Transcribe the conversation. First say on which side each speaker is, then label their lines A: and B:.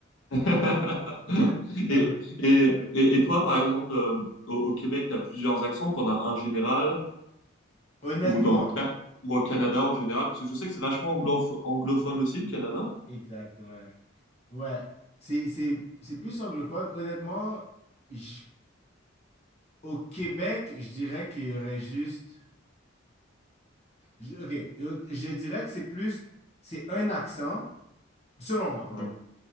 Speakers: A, on the left (about 75°); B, on the left (about 35°).
A: <laughs>
B: Ouais, c'est quand
A: Et,
B: même-
A: et,
B: quand même intéressant.
A: et, et toi, par exemple, euh, au, au Québec, tu as plusieurs accents. Tu en as un général,
B: Honnêtement,
A: Ou dans le Ca- ou au Canada en général, parce que je sais que c'est vachement anglof- anglophone aussi, le Canada.
B: exact, ouais. Ouais, c'est, c'est, c'est plus anglophone. Honnêtement, j- au Québec, je dirais qu'il y aurait juste... je- ok, je je dirais que c'est plus... C'est un accent, selon moi, ok?
A: Ouais.